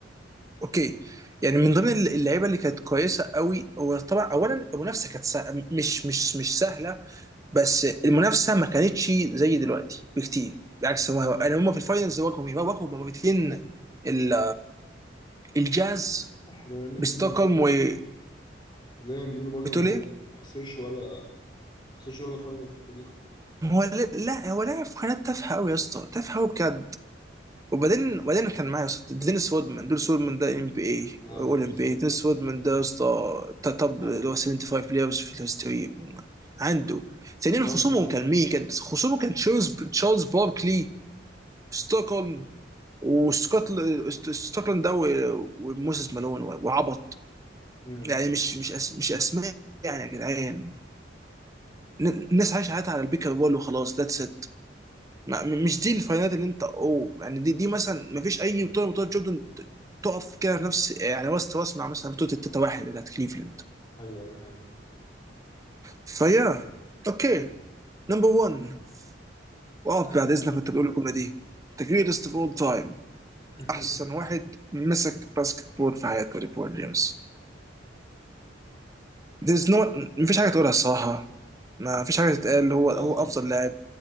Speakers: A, on the right; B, on the left.
A: اوكي يعني من ضمن اللعيبه اللي كانت كويسه قوي هو طبعا اولا المنافسه كانت سا... مش مش مش سهله بس المنافسه ما كانتش زي دلوقتي بكتير بالعكس هم يعني هم في الفاينلز واجهوا مين؟ واجهوا مرتين ال- الجاز
B: صح بما ان
A: بستوكهولم
B: جبنا الفاينلز
A: وبتقول
B: كمان صح دايما بيقولوا برضو ان
A: ايه؟
B: هو ما خسرش ولا ما خسرش ولا فاينل في تاريخه
A: هو لا لا، هو لاعب في قناه تافهه قوي يا اسطى تافهه قوي بجد وبعدين وبعدين كان معايا يا اسطى دينيس وودمان دينيس وودمان ده ام بي اي
B: اه
A: اول
B: دينيس
A: ام بي
B: رودمان
A: اي دينيس
B: صح
A: وودمان ده يا اسطى توب
B: عارف
A: اللي هو 75 بلايرز في الهستوري عنده ثانيا
B: ريباوند
A: خصومه
B: ماشين
A: كان مين كان خصومه كان تشارلز تشارلز باركلي ستوكهولم وستوكل ستوكهولم ده و- وموسيس مالون و- وعبط
B: امم
A: يعني مش مش أس... مش اسماء يعني يا جدعان ن- الناس عايشه حياتها على البيكر بول وخلاص ذاتس ات ما مش دي الفاينالات اللي انت اوه يعني دي دي مثلا ما فيش اي بطوله من بطولات جوردن ت- تقف كده في نفس يعني وسط راس مع مثلا بطوله التتا واحد بتاعت كليفلاند
B: ايوه ايوه فاهم
A: فيا اوكي نمبر 1 واقف
B: آه.
A: بعد اذنك وانت بتقول الجمله دي ذا جريتست اوف اول تايم
B: <laughs>
A: احسن واحد مسك باسكت بول في حياته ليبرون جيمس there's no ما فيش حاجه تقولها الصراحه ما فيش حاجه تتقال هو
B: خلاص
A: هو
B: يعني
A: افضل لاعب